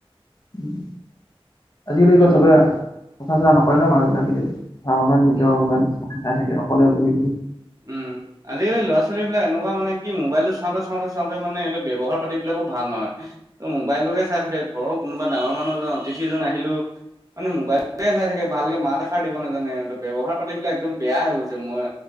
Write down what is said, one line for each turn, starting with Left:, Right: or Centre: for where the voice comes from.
Left: উম। আজিকালি
Right: সেইটো
Left: আকৌ চবে কথা চথা নকয় ন, মানুহবিলাকে ধ নিজৰ
Right: উম
Left: মবাইল দেখাই থাকে অকলে বহি বহি।
Right: উম। আজিকালি ল'ৰা ছোৱালী বিলাক এনেকুৱা মানে কি মোবাইলটো চাওঁতে চাওঁতে চাওঁতে মানে সিহ'তৰ ব্যৱহাৰ পাতি বিলাকো ভাল নহয়। ত মোবাইলটোকে চাই থাকে ঘৰৰ কোনোবা ডাঙৰ মানুহজন অতিথি এজন আহিলেও মানে মোবাইলটোকে চাই থাকে ভালকে মাত এষাৰ দিব নাজানে, ব্যৱহাৰ পাতিবিলাক একদম বেয়া হৈ গৈছে। মই